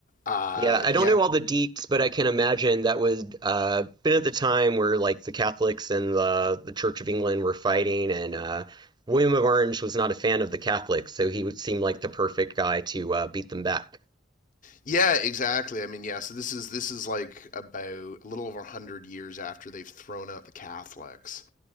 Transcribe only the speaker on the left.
Uh,
yeah,
yeah, exactly. I mean, yeah. So this is this is like about a little over a hundred years after they've thrown out the Catholics.